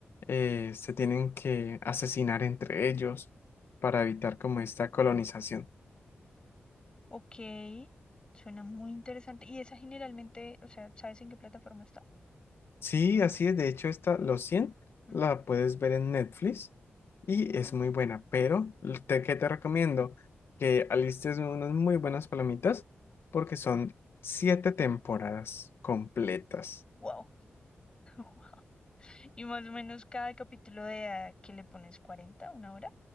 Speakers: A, on the left; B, on the left.
A: eh, se tienen que asesinar entre ellos para evitar como esta colonización.
B: Ok, suena muy interesante. ¿Y esa generalmente, o sea, sabes en qué plataforma está?
A: Sí, así es. De hecho, esta, Los cien
B: Ujú.
A: la puedes ver en Netflix y
B: Mm,
A: es muy buena, pero te, ¿qué te recomiendo? Que alistes unas muy buenas palomitas porque son siete temporadas completas.
B: Wow. <laughs> Wow. Y más o menos cada capítulo de ah, que le pones cuarenta, una hora,